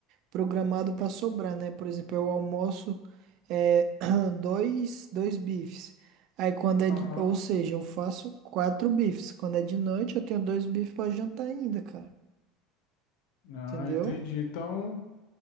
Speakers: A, on the right; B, on the left.
A: programado pra sobrar, né? Por exemplo, eu almoço é, <clears throat> dois, dois bifes. Aí quando é
B: Aham.
A: de, ou seja, eu faço quatro bifes. Quando é de noite, eu tenho dois bifes pra jantar ainda, cara.
B: Ah,
A: Entendeu?
B: entendi. Então,